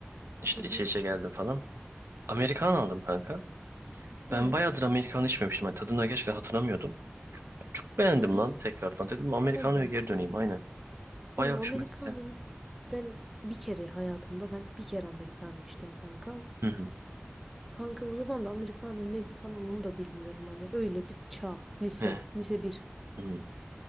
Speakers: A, on the right; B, in the centre.
A: İşte
B: Hı hı.
A: içe içe geldim falan. Amerikan aldım kanka. Ben
B: Evet.
A: bayağıdır Amerikan içmemiştim. Hani tadını gerçekten hatırlamıyordum. Çok beğendim
B: Hı hı.
A: lan tekrardan. Dedim Amerikano'ya
B: Oğlum.
A: geri döneyim aynen.
B: Oğlum
A: Bayağı hoşuma
B: Amerikanın
A: gitti.
B: ben bir kere hayatımda ben bir kere Amerikanı içtim kanka.
A: Hı hı.
B: Kanka o zaman da Amerikan'ın ne falan onu da bilmiyorum. Hani öyle bir çağ. Lise.
A: Hı
B: Lise bir
A: hı. Hı.